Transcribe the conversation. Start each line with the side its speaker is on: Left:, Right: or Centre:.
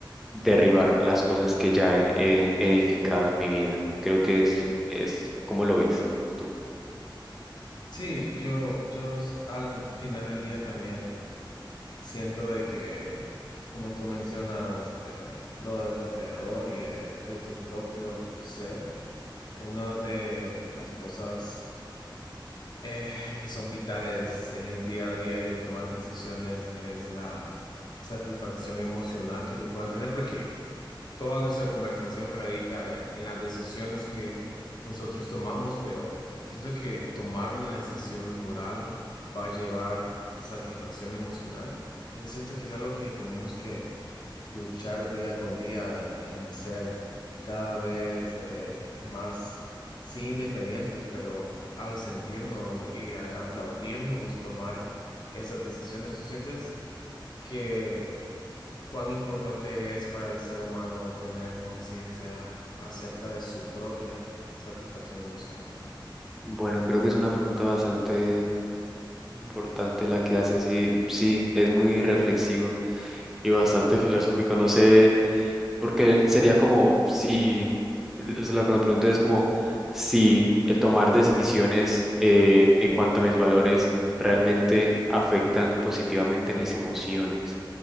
Centre: derribar las cosas que ya he, he edificado en mi vida. Creo que es, es ¿cómo lo ves tú?
Left: Sí, yo, yo s- al final del día también siento de que, como tú mencionas, eh, lo de tu alrededor y de, de tu propio ser, una de las cosas eh, que son vitales en el día a día y en tomar decisiones es la satisfacción emocional que te puedan tener, porque toda nuestra conversación radica en, en las decisiones que nosotros tomamos, pero siento que tomar una decisión moral va a llevar satisfacción emocional. Entonces siento que es algo que tenemos que luchar día con día en, en ser cada vez eh, más, sí, independientes, pero al sentirnos y al aplaudirnos tomar esas decisiones, ¿tú sientes que cuán importante es para el ser humano tener conciencia acerca de su propia satisfacción emocional?
Centre: Bueno, creo que es una pregunta bastante importante la que haces y sí, es muy reflexivo y bastante filosófico. No sé. Porque sería como si, es lo que me pregunto es como si el tomar decisiones eh, en cuanto a mis valores realmente afectan positivamente mis emociones.